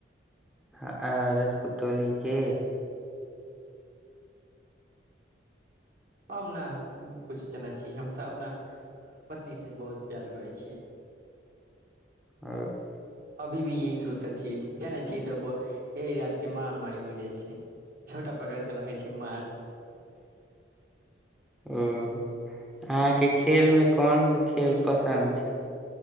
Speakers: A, in the centre; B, on the right.
A: आ राजपूत टोली के
B: हम ने किछु जानै छी हम तऽ अपना पत्नीसँ बहुत प्यार करै छियै
A: आ
B: अभी भी यही सूत छियै जानै छीयै तबो एहि रात के मार मारी हो जाइ छै छोटा पकर के लागै छै मार <inaudible>
A: ओ अहाँ के खेल मे कोन से खेल पसन्द छै